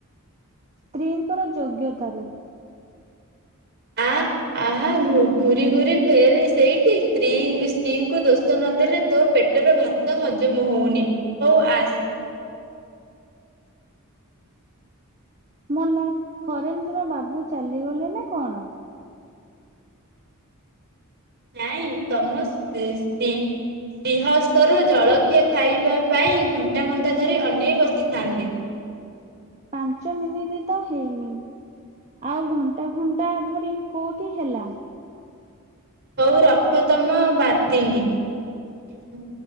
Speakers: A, on the right; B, on the right.
A: ସ୍ତ୍ରୀଙ୍କର ଯୋଗ୍ୟତାରୁ।
B: ଆ ଆ ଘୁରି ଘୁରି ଫେର ସେଇଠି ସ୍ତ୍ରୀ ସ୍ତ୍ରୀଙ୍କୁ ଦୋଷ ନଦେଲେ ତୋ ପେଟର ଭାତ ହଜମ ହଉନି ହଉ ଆସ
A: ମଲା ହରେନ୍ଦ୍ର ବାବୁ ଚାଲିଗଲେ ନା କଣ?
B: ନାଇଁ ତମ ଶ୍ରୀ ଶ୍ରୀହସ୍ତ ରୁ ଜଳଖିଆ ଖାଇବା ପାଇଁ ଘଣ୍ଟା ଘଣ୍ଟା ଧରି ଅନେଇ ବସିଥାନ୍ତେ।
A: ପାଞ୍ଚ ମିନିଟ୍ ତ ହେଇନି ଆଉ ଘଣ୍ଟା ଘଣ୍ଟା ଧରି କୋଉଠି ହେଲା?
B: ହଉ ରଖ ତମ ବାର୍ତ୍ତିଙ୍ଗି। ହୁଁ।